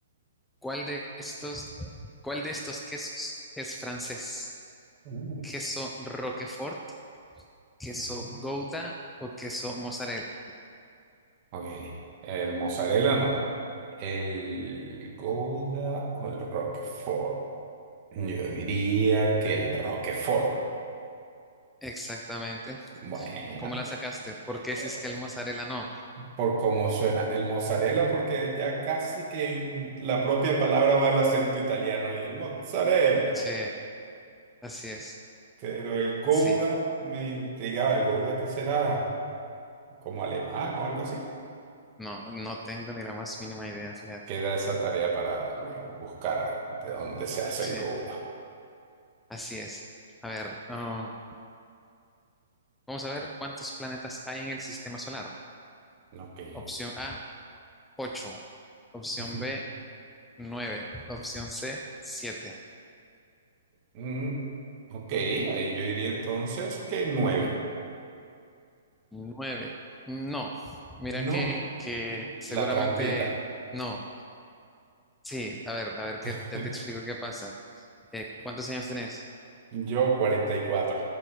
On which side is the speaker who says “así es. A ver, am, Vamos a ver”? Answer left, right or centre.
Centre